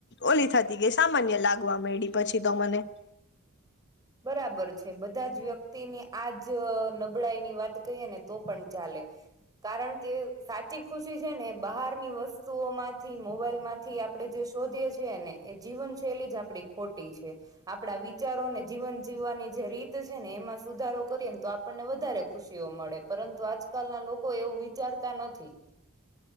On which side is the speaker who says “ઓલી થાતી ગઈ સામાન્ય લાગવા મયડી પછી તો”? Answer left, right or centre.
Left